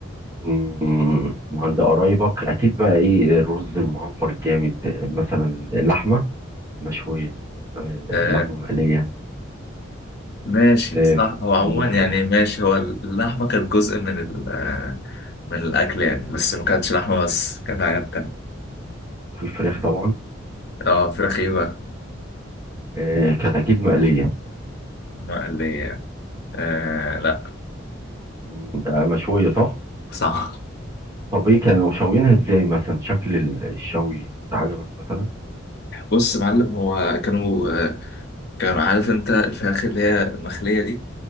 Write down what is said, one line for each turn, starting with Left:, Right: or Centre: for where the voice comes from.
Right: مم، وعند قرايبك اكيد بقى ايه الرز المعمر الجامد آه، مثلا اللحمه مشويه آه،
Left: آه،
Right: اللحمه مقليه
Left: ماشي
Right: آه،
Left: صح
Right: ف-
Left: هو عموما
Right: وال-
Left: يعني
Right: ف-
Left: ماشي هو اللحمة كانت جزء من ال آه، من الأكل يعني بس ما كانتش لحمة بس كان في حاجات تانية
Right: في فراخ طبعا
Left: اه فراخ ايه بقى
Right: آه، كانت اكيد مقليه
Left: مقلية آه لا
Right: مم، آه، مشويه صح
Left: صح
Right: طب ايه كانوا شاويينها ازاي مثلا شكل ال- الشوي عجبك مثلا
Left: بص يا معلم هو كانوا كانوا عارف انت الفراخ اللي هي المخلية دي